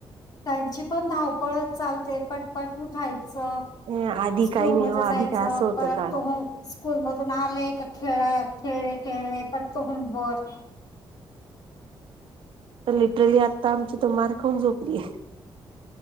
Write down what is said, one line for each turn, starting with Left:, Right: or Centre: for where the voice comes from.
Left: त्यांची पण धावपळच चालते पटपट उठायचे.
Right: नाही आधी
Left: स्कूल
Right: काही नाही
Left: मध्ये
Right: हो आधी
Left: जायचं
Right: काय असं होतं
Left: परत
Right: का
Left: तो आले स्कूल मधून आले खेळा खेळले खेळले पर तो होमवर्क.
Right: तर लिटरली आता आमची तर मार खाऊन झोपली आहे.